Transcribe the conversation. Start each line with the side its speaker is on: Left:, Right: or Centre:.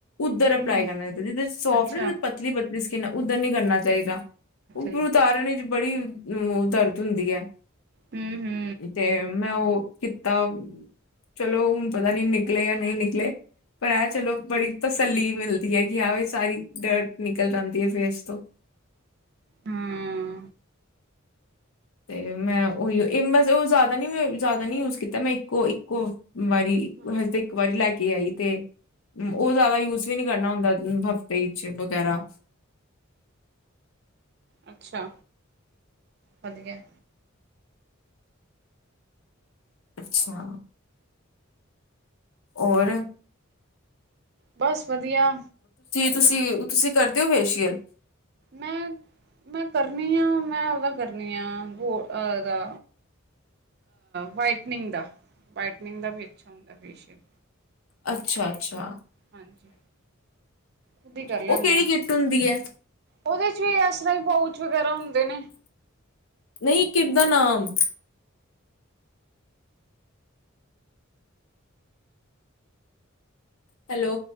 Left: ਉੱਧਰ ਅਪਲਾਈ
Right: ਹੂੰ-ਹੂੰ
Left: ਕਰਨਾ ਦਿੱ ਜਿਰ ਸੋਫਟ
Right: ਅੱਛਾ-ਅੱਛਾ
Left: ਨਾ ਜ ਪਤਲੀ ਪਤ ਜਿਸਿਨ ਉੱਧਰ ਨਹੀਂ ਕਰਨਾ ਚਾਹੀਦਾ। ਉਹਪੂ
Right: ਜੀ
Left: ਉਤਾਰੇ ਨੇ। ਬੜੀ ਦਰਦ ਹੁੰਦੀ ਹੈ।
Right: ਹੂੰ-ਹੂੰ
Left: ਤੇ ਮੈਂ ਉਹ ਤਾਂ ਚਲੋ ਹੁਣ ਪਤਾ ਨੀ ਨਿਕਲੇ ਜਾਂ ਨਹੀਂ ਨਿਕਲੇ। ਪਰ ਹੈ ਚਲੋ ਬੜੀ ਤਸੱਲੀ। ਮਿਲਦੀ ਹੈ ਕਿ ਆਹੋ ਇਹ ਸਾਰੀ ਡਰ ਨਿਕਲ ਜਾਂਦੀ ਹੈ ਫੇਸ ਤੋਂ।
Right: ਹਮ।
Left: ਤੇ ਮੈਂ ਉਹੀ ਮਸ ਉਹ ਜ਼ਿਆਦਾ ਨੀ ਮੈਂ ਜ਼ਿਆਦਾ ਨੀ ਯੂਜ ਕੀਤਾ ਮੈਂ ਇੱਕੋ ਇੱਕੋ ਵਾਰੀ
Right: ਹਾਂ-ਹਾਂ
Left: ਹਜ ਇੱਕ ਵਾਰੀ ਲੈ ਕੇ ਆਈ ਤੇ ਉਹ ਜ਼ਿਆਦਾ ਯੂਜ ਵੀ ਨੀ ਕਰਨਾ ਹੁੰਦਾ ਹਫ਼ਤੇ ਵਗੈਰਾ
Right: ਅੱਛਾ ਵਧੀਆ
Left: ਅੱਛਾ ਔਰ
Right: ਬਸ ਵਧੀਆ
Left: ਤੁਸੀਂ-ਤੁਸੀਂ ਕਰਦੇ ਓ ਫੇਸ਼ੀਅਲ
Right: ਮੈਂ ਮੈਂ ਕਰਨੀ ਆ ਮੈਂ ਉਹਦਾ ਕਰਨੀ ਆ ਗੋ ਉਹਦਾ ਵਾਈਟਨਿੰਗ ਦਾ ਵਾਈਟਨਿੰਗ ਦਾ ਵੀ ਅੱਛਾ ਹੁੰਦਾ ਫੇਸੀਅਲ
Left: ਅੱਛਾ-ਅੱਛਾ
Right: ਹਾਂਜੀ ਖੁਦ ਹੀ ਕਰ ਲੈਨੇ
Left: ਉਹ ਕਿਹੜੀ
Right: ਆ
Left: ਕਿੱਟ ਹੁੰਦੀ ਹੈ
Right: ਉਹਦੇ ਚ ਵੀ ਇਸ ਤਰ ਹੀ ਪਾਉ ਚ ਵਗੈਰਾ ਹੁੰਦੇ ਨੇ
Left: ਨਹੀਂ ਕਿੱਟ ਦਾ ਨਾਮ ਹੈਲੋ